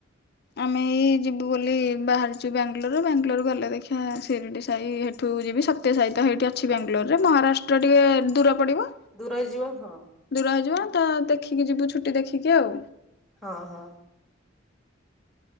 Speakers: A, on the left; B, in the centre.
A: ଆମେ ଏଇ ଯିବୁ ବୋଲି ବାହାରିଛୁ ବାଙ୍ଗାଲୋର। ବାଙ୍ଗାଲୋର ଗଲେ ଦେଖିଆ ସିରିଡ଼ି ସାହି ହେଠୁ ମୁଁ ଯିବି ସତ୍ୟ ସହିତ ହେଇଠି ଅଛି ବାଙ୍ଗାଲୋରରେ ମହାରାଷ୍ଟ୍ର ଟିକେ ଦୁର ପଡିବ,
B: ଦୂର ହେଇଯିବ ହଁ
A: ଦୂର ହେଇଯିବ ତ ଦେଖିକି ଯିବୁ ଛୁଟି ଦେଖିକି ଆଉ।
B: ହଁ ହଁ।